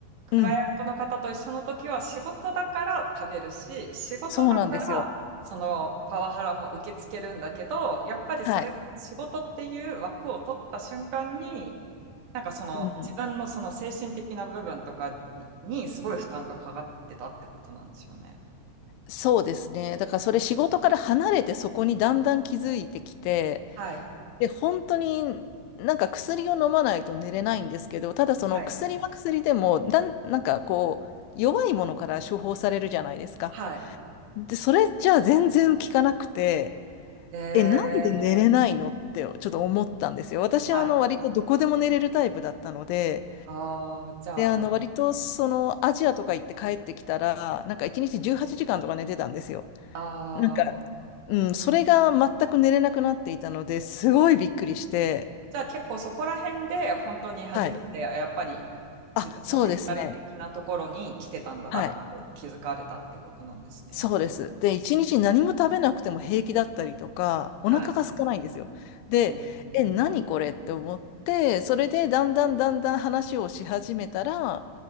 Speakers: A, on the right; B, on the left.
A: クライアントの方と一緒の時は仕事だから食べるし、
B: うん、
A: 仕事だからそのパワハラも受け付けるんだけど、
B: そうなんですよ。
A: やっぱりそれが仕事っていう枠を取った瞬間に、
B: はい。
A: なんかその自分のその精神的な部分とかに、
B: うん
A: にすごい負担がかかってたってことなんでしょうね。
B: そうですね。だからそれ仕事から離れてそこにだんだん気づいてきて、
A: はい。
B: で、本当になんか薬を飲まないと寝れないんですけど、ただその薬は薬でも、
A: はい。
B: だん、なんかこう、弱いものから処方されるじゃないですか。
A: はい。
B: で、それじゃあ全然効かなくて、
A: え
B: え、なんで寝れないのってちょっと思ったんですよ。
A: ー、
B: 私はあの割とどこでも寝れるタイプだったので、
A: はい。ああ、じゃあ、
B: で、あの割とそのアジアとか行って帰ってきたら、なんか1日18時間とか寝てたんですよ。
A: ああ、
B: なんかうん、それが全く寝れなくなっていたので、すごいびっくりして、
A: じゃあ結構そこら辺で本当に初めてやっぱり
B: はい。あ、
A: 自分のメンタル的なところに来てたんだなって気づかれたってことなんですね。
B: そうですね。はい。そうです。で、一日何も食べなくても平気だったりとか、お腹が空かないんですよ。
A: はい。
B: で、
A: うんうん
B: え、何これって思って、それでだんだんだんだん話をし始めたら、